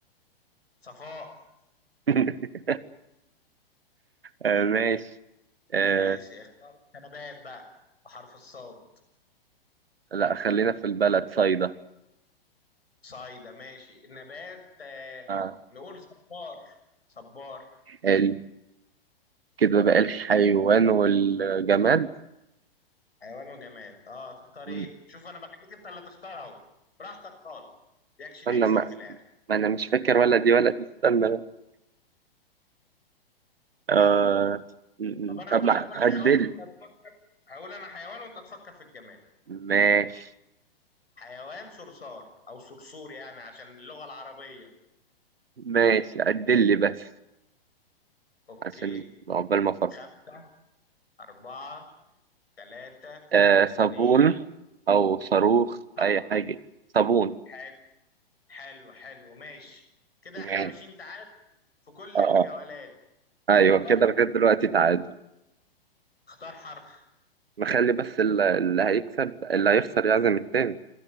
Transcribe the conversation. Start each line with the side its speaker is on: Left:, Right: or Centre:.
Left: صفاء
Right: <laughs> آه، ماشي آه،
Left: ماشي اختار أنا بقى بحرف الصاد
Right: لا خلينا في البلد صيدا
Left: صايدة ماشي نبات آه،
Right: آه.
Left: نقول صبار صبار
Right: ال... كده بقى الحيوان والجماد
Left: حيوان وجماد اه تختار
Right: <laughs> م.
Left: ايه شوف انا بخليك انت اللي تختار اهو براحتك خالص يكش
Right: استنى
Left: تكسب
Right: ما...
Left: في الاخر
Right: ما انا مش فاكر ولا دي ولا دي استنى بقى آه... م-
Left: طب
Right: م.
Left: انا
Right: طب
Left: ممكن
Right: عدل
Left: اقول حيوان وانت تفكر هقول انا حيوان وانت تفكر في الجماد
Right: ماشي
Left: حيوان صرصار او صرصور يعني عشان اللغة العربية
Right: ماشي عدل لي بس
Left: اوكي
Right: عشان عقبال ما افكر
Left: خمسة أربعة ثلاثة
Right: آه
Left: اتنين
Right: صابون أو صاروخ
Left: طب
Right: أي حاجة صابون
Left: حلو حلو حلو ماشي كده
Right: تمام
Left: احنا ماشيين تعادل في كل
Right: اه
Left: الجولات
Right: اه أيوه
Left: اختار
Right: كده لغاية دلوقتي تعادل
Left: اختار حرف
Right: نخلي بس ال- اللي هيكسب اللي هيخسر يعزم التاني